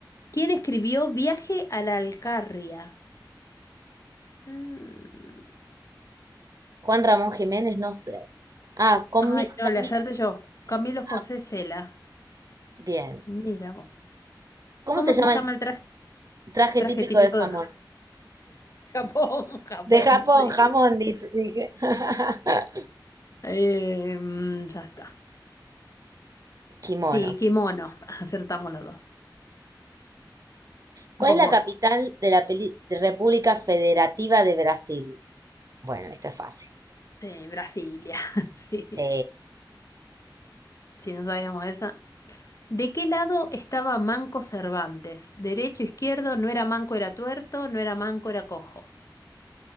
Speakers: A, on the left; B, on the right.
A: ¿Quién escribió Viaje a la Alcarria? Mm.
B: Juan Ramón Jiménez, no sé. Ah, con
A: Ay,
B: mi, Camino.
A: no, le hacerte yo. Camilo José
B: ah,
A: Cela.
B: bien.
A: Mira vos.
B: ¿Cómo
A: ¿Cómo
B: se llama
A: se llama
B: el
A: el traje,
B: traje
A: traje
B: típico
A: típico
B: de jamón?
A: de <laughs> Japón? Japón,
B: De Japón,
A: sí.
B: jamón, dice, dije. <laughs>
A: Eh, mm, ya está.
B: Kimono.
A: Sí, kimono. <laughs> Acertamos los dos.
B: ¿Cuál
A: Vos,
B: es la
A: vos.
B: capital de la peli- de República Federativa de Brasil? Bueno, esta es fácil.
A: Sí, Brasilia. <laughs> Sí.
B: Sí,
A: Si no sabíamos esa. ¿De qué lado estaba Manco Cervantes? ¿Derecho, izquierdo? No era manco, era tuerto. No era manco, era cojo.